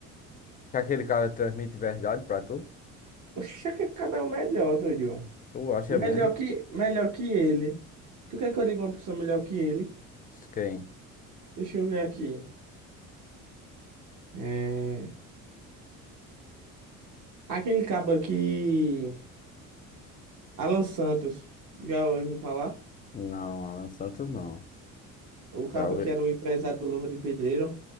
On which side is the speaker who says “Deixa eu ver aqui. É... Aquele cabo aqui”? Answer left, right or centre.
Right